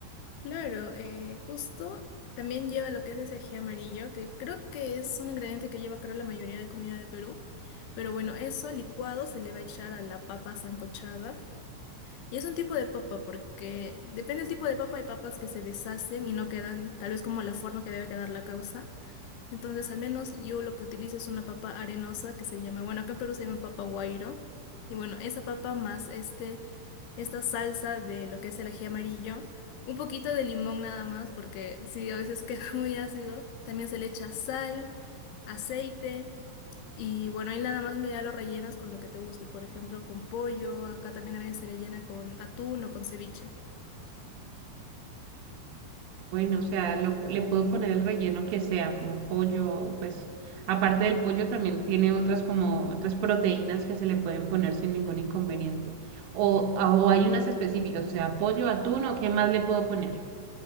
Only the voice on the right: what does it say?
Bueno, o sea, lo- le puedo poner el relleno que sea, como pollo, o pues aparte del pollo también tiene otras como otras proteínas que se le pueden poner sin ningún inconveniente. O, a- o hay unas específicas, o sea, pollo, atún o qué más le puedo poner.